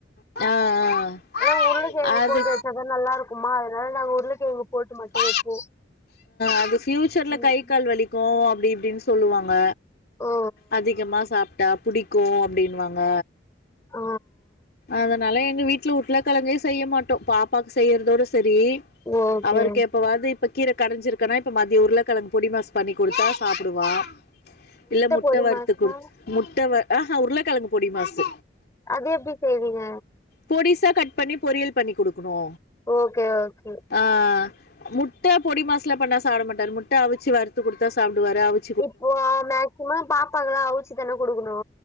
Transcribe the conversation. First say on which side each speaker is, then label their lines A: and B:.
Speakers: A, on the left; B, on the left.
A: ஆ
B: ஏனா
A: ஆ
B: உருளக்கெழங்கு
A: அது
B: போட்டு வச்சாக்கா நல்லா இருக்குமா அதனால நாங்க உருளைக்கிழங்கு போட்டு மட்டு
A: அ
B: வெப்போ
A: அது ஃபியூச்சர்ல
B: ம்
A: கை கால் வலிக்கு அப்டி இப்டின்னு சொல்லுவாங்க
B: ஓ
A: அதிகமா சாப்ட்டா புடிக்கு அப்டினுவாங்க
B: ஆ
A: அதனால எங்க வீட்ல உருளக்கெழங்கே செய்ய மாட்டோ பாப்பாக்கு செய்யறதோட சரி
B: ஓகே
A: அவருக்கு எப்பவாது இப்ப கீர கடஞ்சிருக்கனா இப்ப மதியோ உருளக்கெழங்கு பொடி மாஸ் பண்ணிக்கொடுத்தா சாப்டுவா இல்ல முட்ட
B: பொடி
A: வர்த்து
B: மசா
A: குடுத்து முட்ட வ ஆஹ உருளக்கெழங்கு பொடி மாசு
B: அது எப்டி செய்வீங்க
A: பொடிசா கட் பண்ணி பொறியல் பண்ணி குடுக்னோ
B: ஓகே ஓகே
A: அ முட்ட பொடி மாஸ்லா பண்ணா சாப்ட மாட்டாரு முட்ட அவிச்சு வறுத்து குடுத்தா சாப்டுவாரு அவி
B: இப்போ மேக்சிமம் பாப்பாக்கல்லா அவுச்சி தான குடுக்னோ